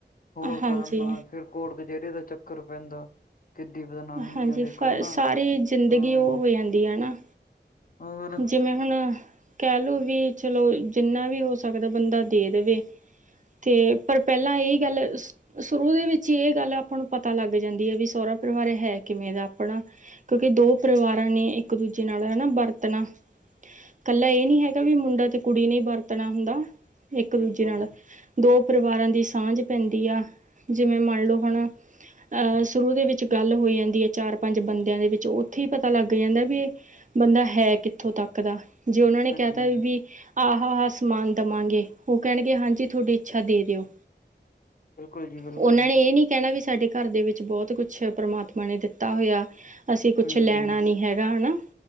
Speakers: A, on the left; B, on the right.
A: ਹੋਰ
B: ਹਾਂਜੀ
A: ਕਰਨਾ ਫੇਰ ਕੋਟ ਕਚਹਿਰੀਆਂ ਦਾ ਚੱਕਰ ਪੈਂਦਾ। ਕਿੱਡੀ ਬਦਨਾਮੀ
B: ਹਾਂਜੀ
A: ਆ ਦੇਖੋ
B: ਫ
A: ਹਨਾ
B: ਸਾਰੀ ਜ਼ਿੰਦਗੀ
A: ਹਾਂ।
B: ਉਹ ਹੋ ਜਾਂਦੀ ਹੈ ਨਾ
A: ਹੋਰ
B: ਜਿਵੇਂ ਹੁਣ ਕਹਿ ਲੋੋ ਵੀ ਚਲੋ ਜਿੰਨਾ ਵੀ ਹੋ ਸਕਦਾ ਬੰਦਾ ਦੇ ਦੇਵੇ। ਤੇ ਪਰ ਪਹਿਲਾਂ ਇਹੀ ਗੱਲ ਸ਼ੁਰੂ ਦੇ ਵਿੱਚ ਹੀ, ਇਹ ਗੱਲ ਆਪਾਂ ਨੂੰ ਪਤਾ ਲੱਗ ਜਾਂਦੀ ਆ, ਵੀ ਸੋਹਰਾ ਪਰਿਵਾਰ ਹੈ, ਕਿਵੇਂ ਦਾ ਆਪਣਾ ਕਿਉਂਕਿ, ਦੋ ਪਰਿਵਾਰਾਂ ਨੇ ਇੱਕ -ਦੂਜੇ ਨਾਲ ਰਹਿਣਾ ਬਰਤ ਤਣਾ, ਕੱਲਾ ਇਹ ਨਈ
A: ਹਾਂਜੀ
B: ਹੈਗਾ ਵੀ, ਮੁੰਡਾ ਤੇ ਕੁੜੀ ਨੇਹੀ ਵਰਤਣਾ ਹੁੰਦਾ ਇਕ
A: ਬਿਲਕੁਲ
B: -ਦੂਜੇ ਨਾਲ ਦੋ ਪਰਿਵਾਰਾਂ ਦੀ, ਸਾਂਝ ਪੈਂਦੀ ਆ, ਜਿਵੇਂ ਮੰਨ ਲਓ ਹੁਣ ਅਹ ਸ਼ੁਰੂ ਦੇ, ਵਿੱਚ ਗੱਲ ਹੋ ਜਾਂਦੀ ਹੈ, ਚਾਰ- ਪੰਜ ਬੰਦਿਆਂ ਦੇ ਵਿੱਚ, ਉੱਥੇ ਹੀ ਪਤਾ ਲੱਗ ਜਾਂਦਾ ਵੀ ਇਹ ਬੰਦਾ ਹੈ ਕਿੱਥੋਂ ਤੱਕ ਦਾ, ਜੇ ਉਹਨਾਂ ਨੇ
A: ਹਾਂਜੀ
B: ਕਹਿ ਤਾ ਵੀ ਆਹ ਆ, ਆਹ ਸਮਾਨ ਦੇਵਾਂਗੇ, ਉਹ ਕਹਿਣਗੇ ਹਾਂਜੀ ਤੁਹਾਡੀ ਇੱਛਾ ਦੇ ਦਿਓ
A: ਬਿਲਕੁਲ ਜੀ ਬਿਲਕੁਲ
B: ਉਹਨਾਂ ਨੇ ਇਹ ਨੀ ਕਹਿਣਾ ਵੀ, ਸਾਡੇ ਘਰ ਦੇ ਵਿੱਚ ਬਹੁਤ ਕੁਛ, ਪਰਮਾਤਮਾ ਨੇ ਦਿੱਤਾ ਹੋਇਆ ਅਸੀਂ,
A: ਹੂੰ
B: ਕੁਛ ਲੈਣਾ ਨੀ ਹੈਗਾ ਹੈਨਾ